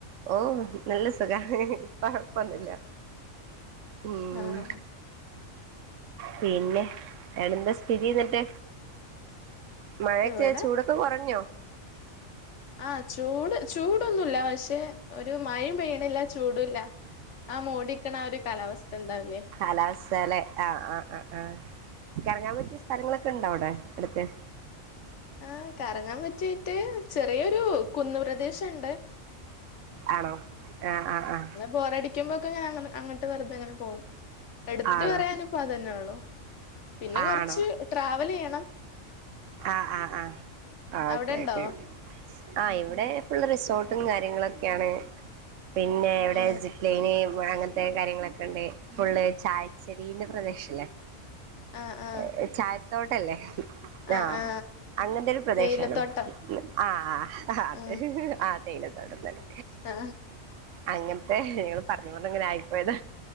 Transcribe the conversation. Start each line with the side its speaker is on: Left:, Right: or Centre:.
Right: ഓഹ് നല്ല സുഖാ കൊഴപ്പൊന്നുല്ല ഉം
Left: ആഹ്
Right: പിന്നെ വേറെന്താ സ്ഥിതിന്ന്ട്ട് മഴൊക്കെ
Left: ഇവിടെ
Right: ചൂടൊ ക്കെ കൊറഞ്ഞോ?
Left: ആഹ് ചൂട് ചൂടൊന്നുല്ല പക്ഷെ ഒരു മഴയും പെയ്യണില്ല ചൂടുംല്ല ആഹ് മൂടിക്കണ ആഹൊരു കാലാവസ്ഥണ്ടാവില്ലേ?
Right: കാലാവസ്ഥാലെ ആഹ് ആഹ്ആ ആ കറങ്ങാൻ പറ്റിയ സ്ഥലങ്ങളൊക്കെണ്ടോവ്ടെ അടുത്ത്
Left: ആഹ് കറങ്ങാം പറ്റിയേറ്റ് ചെറിയൊരു കുന്നുപ്രദേശണ്ട്
Right: ആണോ? ആഹ് ആഹ് ആഹ
Left: ബോറടിക്കുമ്പോക്കെങ്ങനെ അങ്ങ അങ്ങട്ട് വെറ്തെങ്ങനെ പോവും എട്ത്ത്പറയാനിപ്പതന്നെയൊള്ളു
Right: ആണോ
Left: പിന്നെ കൊറച്ച്
Right: ആണോ
Left: ട്രാവലെയ്യണം
Right: ആഹ് ആഹ് ആഹ്
Left: അവിടെണ്ടോ
Right: ഓക്കെയോക്കെ ആഹ് ഇവിടെ ഫുള്ള് റിസോർട്ടും കാര്യങ്ങളൊക്കെയാണ് പിന്നെ ഇവടെ
Left: ഏ
Right: സിപ് ലൈന് അങ്ങൻത്തെ കാര്യങ്ങളൊക്കെണ്ട് ഫുള്ള് ചായച്ചെടീന്റെ പ്രദേശല്ലേ?
Left: ആ ആ
Right: ഏഹ് ചായത്തോട്ടല്ലേ? ങ്ങാ
Left: ആ ആ
Right: അങ്ങൻത്തൊരു പ്രദേശാണ്
Left: തേയിലത്തോട്ടം
Right: ആഹ് ഹ അത്
Left: ആ
Right: അഹ് തേയ്ലതോട്ടംത്തന്നെ
Left: ആ
Right: അങ്ങൻത്തെ ഞങ്ങള് പർഞ്പ്പർഞ്ങ്ങനെ ആയിപ്പോയതാ